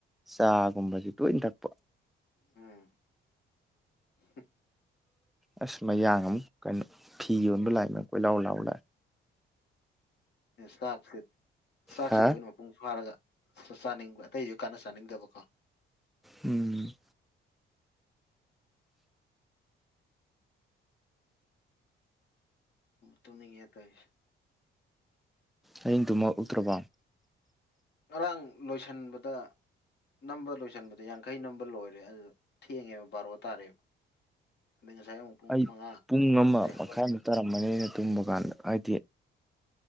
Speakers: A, in the centre; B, on the left.
A: ꯆꯥꯒꯨꯝꯕꯁ ꯇꯣꯏꯅ ꯊꯛꯄ
B: ꯎꯝ ꯎ
A: ꯑꯁ ꯃꯌꯥꯡ ꯑꯃꯨꯛ ꯀꯩꯅꯣ ꯐꯤ ꯌꯣꯟꯕ ꯂꯥꯛꯏꯅ ꯀꯣꯏ ꯂꯥꯎ ꯂꯥꯎ ꯂꯥꯛꯑ
B: ꯆꯥꯛꯁ ꯆꯥꯛꯁꯤꯗ
A: ꯍꯥ
B: ꯑꯣꯏꯅ ꯃꯄꯨꯡ ꯐꯥꯔꯒ ꯆꯥꯅꯤꯡꯕ ꯑꯇꯩꯁꯨ ꯀꯥꯟꯅ ꯁꯥꯅꯤꯡꯗꯕꯀꯣ
A: ꯎꯝ
B: ꯇꯅꯤ ꯌꯦ ꯇꯁ
A: ꯑꯌꯦ ꯇꯨꯝꯃ ꯎꯛꯇ꯭ꯔꯔꯕ
B: ꯉꯔꯥꯡ ꯂꯣꯏꯁꯤꯟꯕꯗ ꯅꯝꯕ ꯂꯣꯏꯁꯤꯟꯕꯗ ꯌꯥꯡꯈꯩ ꯅꯝꯕ ꯂꯣꯏꯔꯦ ꯑꯗꯨ ꯊꯦꯡꯉꯦꯕ ꯕꯥꯔꯣ ꯇꯥꯔꯦꯕ ꯑꯗꯩ ꯉꯁꯥꯏ ꯑꯃꯨꯛ ꯄꯨꯡ
A: ꯑꯩ
B: ꯃꯉꯥꯗꯩ
A: ꯄꯨꯡ ꯑꯃ
B: ꯍꯧꯒꯠꯂꯒ
A: ꯃꯈꯥꯏꯃꯨꯛ ꯇꯥꯔꯝꯃꯅꯤ ꯑꯩꯅ ꯇꯨꯝꯕ ꯀꯥꯟꯗ ꯍꯥꯏꯗꯤ